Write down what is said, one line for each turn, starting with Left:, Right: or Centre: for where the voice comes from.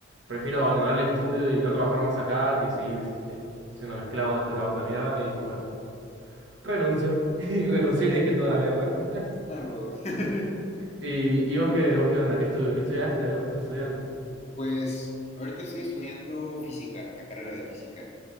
Right: prefiero abandonar el estudio y no trabajar más acá que seguir siendo mezclado de este trabajo de mierda. Y dije, bueno, renuncio. <laughs> y renuncié y dejé toda la mierda. <laughs>
Left: Ah, wow. <laughs>
Right: ¿Y, y vos, qué, vos qué onda? ¿Qué, estu- qué estudiaste? ¿Algo? ¿Qué estás estudiando?
Left: Pues ahorita estoy estudiando física, la carrera de física.